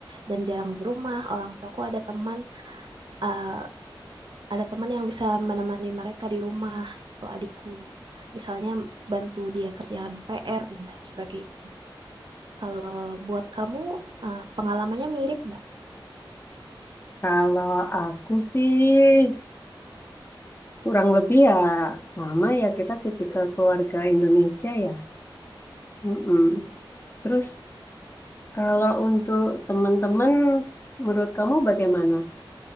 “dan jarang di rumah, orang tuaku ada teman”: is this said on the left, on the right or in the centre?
Right